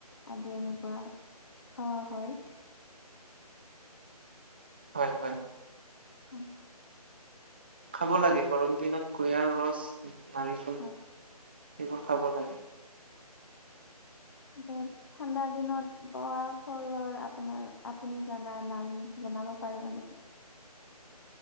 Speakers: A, on the left (about 40°); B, on the right (about 15°).
A: আদি এনেকুৱা খাৱা হয়।
B: হয়', হয়',।
A: উম।
B: খাব লাগে গৰম দিনত কুঁহিয়াৰৰ ৰচ, নাৰিকল
A: হয়
B: সেইবোৰ খাব লাগে।
A: দৰ ঠাণ্ডা দিনত পোৱা ফলৰ আপোনাৰ আপুনি জানা নাম জনাব পাৰিব নেকি?